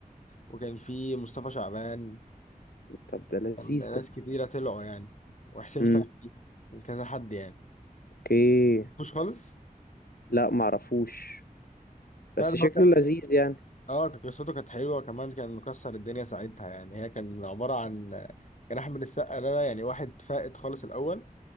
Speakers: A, on the left; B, on the left.
A: وكان في مصطفى شعبان
B: طب ده لذيذ
A: كان ناس
B: ده
A: كتيرة طلعوا يعني وحسين
B: امم
A: فهمي وكذا حد يعني
B: اوكي
A: مش خالص
B: لا معرفوش بس
A: لا لا
B: شكله لذيذ يعني
A: اه كانت قصته كانت حلوه وكمان كان مكسر الدنيا ساعتها يعني هي كان عباره عن كان احمد السقا ده يعني واحد فائت خالص الاول